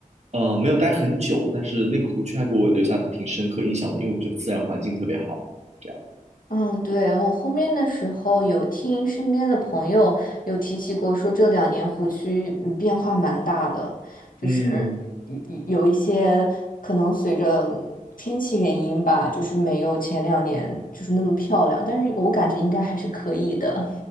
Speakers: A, on the right; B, on the left.
A: 呃，没有待很久，但是那个湖区还给我留下挺深刻印象的，因为我觉得自然环境特别好。这样，
B: 嗯，对，我后面的时候有听身边的朋友有提起过，说这两年湖区嗯变化蛮大的，就是
A: 嗯
B: 有有一些可能随着天气原因吧，就是没有前两年就是那么漂亮，但是我感觉应该还是可以的。